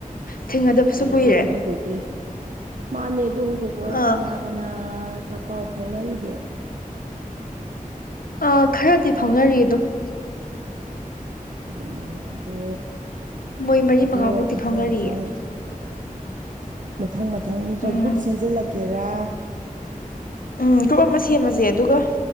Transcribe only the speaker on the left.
ꯊꯦꯡꯅꯗꯕꯁꯨ
ꯀꯨꯏꯔꯦ꯫
ꯑꯥ
ꯑ ꯈꯔꯗꯤ ꯐꯥꯎꯅꯔꯤ ꯑꯗꯨꯝ ꯫
ꯃꯣꯏ ꯃꯔꯤ
ꯃꯉꯥꯃꯨꯛꯇꯤ
ꯐꯥꯎꯅꯔꯤꯌꯦ
ꯎꯝ
ꯎꯝ ꯒ꯭ꯨꯔꯞ ꯑꯃ ꯁꯦꯝꯃꯖꯦ ꯑꯗꯨꯒ